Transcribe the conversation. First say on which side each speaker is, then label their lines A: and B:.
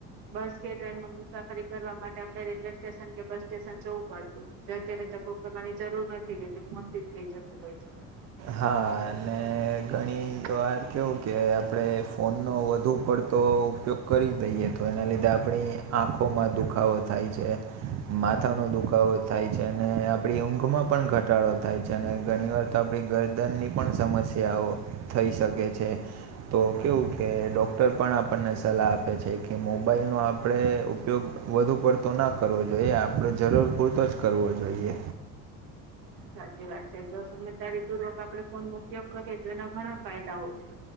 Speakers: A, on the right; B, on the right.
A: બસ કે ટ્રેન માં મુસાફરી કરવા માટે આપડે રેલવે સ્ટેશન કે બસ સ્ટેશન જવું પડ જો અત્યારે તકરની જરૂર નથી રેતી ફોન થી જ થઈ જતું હોય છે બધું.
B: હા, અને ઘણી વાર કેવું કે આપડે ફોનનો વધુ પડતો ઉપયોગ કરી દઈએ તો એના લીધે આપણી આંખોમાં દુખાવો થાય છે. માથાનો દુખાવો થાય છે અને આપડી ઊંઘમાં પણ ઘટાડો થાય છે અને ઘણી વાર તો આપ ડી ગરદનની પણ સમસ્યાઓ થઈ શકે છે. તો કેવું કે ડૉક્ટર પણ આપણને સલાહ આપે છે કે મોબાઈલનો આપડે ઉપયોગ વધુ પડતો ના કરવો જોઈએ આપડે જરૂર પૂરતો જ કરવો જોઈએ.
A: સાચી વાત છે જો સમજ તારીતું રોક આપડે ફોન મો ઉપયોગ કરીએ તો એના ઘણા ફાયદાઓ છે